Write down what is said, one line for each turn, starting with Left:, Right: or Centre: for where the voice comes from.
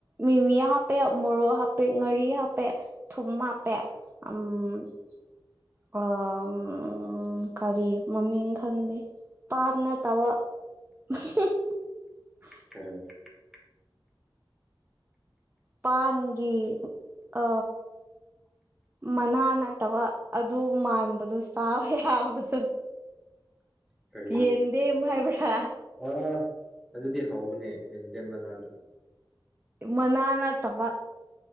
Right: ꯃꯤꯃꯤ ꯍꯥꯞꯄꯦ ꯃꯣꯔꯣꯛ ꯍꯥꯞꯄꯦ ꯉꯥꯔꯤ ꯍꯥꯞꯄꯦ ꯊꯨꯝ ꯍꯥꯞꯄꯦ <unintelligible> ꯎꯝ ꯀꯔꯤ ꯃꯃꯤꯡ ꯈꯪꯗꯦ ꯄꯥꯟ ꯇꯕ <unintelligible>
Centre: <unintelligible>
Right: ꯄꯥꯟꯒꯒꯤ ꯑ ꯃꯅꯥ ꯅꯠꯇꯕ ꯑꯗꯨ ꯃꯥꯟꯕꯗꯣ ꯁꯥꯕ ꯌꯥꯕꯗꯣ
Centre: ꯀꯖꯣ
Right: ꯌꯦꯟꯗꯦꯝ ꯍꯥꯏꯕ꯭ꯔꯥ
Centre: ꯑ ꯑꯗꯨꯗꯤ ꯍꯧꯕꯅꯦ ꯃꯦꯟꯗꯦꯝ ꯃꯅꯥꯗꯣ
Right: ꯃꯅꯥꯅ ꯇꯕ